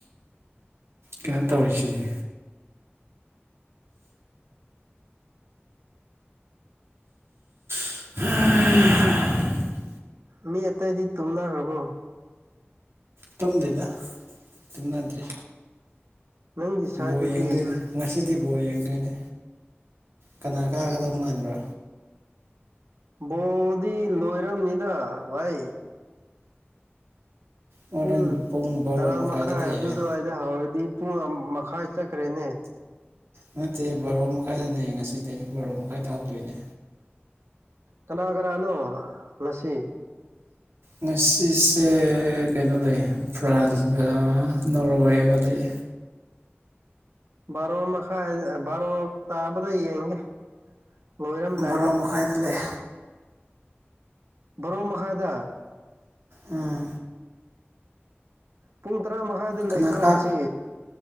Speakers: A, on the right; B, on the right.
A: ꯀꯩꯅꯣ ꯇꯧꯔꯤꯁꯤꯗꯤ <unintelligible>
B: ꯃꯤ ꯑꯥꯇꯩꯗꯤ ꯇꯨꯝꯅꯥ ꯔꯥꯕꯣ
A: ꯇꯨꯝꯗꯦꯗ ꯇꯨꯝꯅꯗ꯭ꯔꯦ
B: ꯅꯪꯒꯤ ꯁꯥꯏꯗꯨꯗꯤ
A: ꯕꯣ ꯌꯦꯡꯗꯣꯏꯅꯦ ꯉꯁꯤꯗꯤ ꯕꯣꯔ ꯌꯦꯡꯗꯣꯏꯅꯦ ꯀꯅꯥ ꯀꯥꯒꯗꯧ ꯃꯥꯟꯕ꯭ꯔꯥ
B: ꯕꯣꯜꯗꯤ ꯂꯣꯏꯔꯝꯅꯤꯗ ꯚꯥꯏ
A: ꯍꯣꯔꯦꯟ
B: ꯄꯨꯡ
A: ꯕꯥꯔꯣ
B: ꯇꯔꯥ
A: ꯃꯈꯥꯏꯗ
B: ꯃꯈꯥꯏ
A: ꯂꯩꯌꯦ
B: ꯑꯗꯨꯗꯋꯥꯏꯗ ꯍꯧꯔꯗꯤ ꯄꯨꯡ ꯃꯈꯥꯏ ꯆꯠꯈ꯭ꯔꯦꯅꯦ
A: ꯅꯠꯇꯦ ꯕꯥꯔꯣ ꯃꯈꯥꯏꯗꯅꯦ ꯉꯁꯤꯗꯤ ꯕꯥꯔꯣ ꯃꯈꯥꯏꯗ ꯍꯧꯗꯣꯏꯅꯦ
B: ꯀꯅꯥ ꯀꯅꯥꯅꯣ ꯉꯁꯤ
A: ꯉꯁꯤꯁꯦ ꯀꯩꯅꯣ ꯂꯩ ꯐ꯭ꯔꯥꯟꯁꯒ ꯅꯣꯔꯋꯦꯒ ꯂꯩ
B: ꯕꯥꯔꯣ ꯃꯈꯥꯏ ꯕꯥꯔꯣ ꯇꯥꯕꯗ ꯌꯦꯡꯒꯦ ꯂꯣꯏꯔꯝꯗꯥꯏꯗ
A: ꯕꯣꯔꯣ ꯃꯈꯥꯏꯗ ꯂꯩ
B: ꯕꯥꯔꯣ ꯃꯈꯥꯏꯗꯥ
A: ꯎꯝ
B: ꯄꯨꯡ ꯇꯔꯥ ꯃꯈꯥꯏꯗ
A: ꯀꯅꯥ
B: ꯂꯩꯇ꯭ꯔꯣ
A: ꯀꯥ
B: ꯉꯁꯤ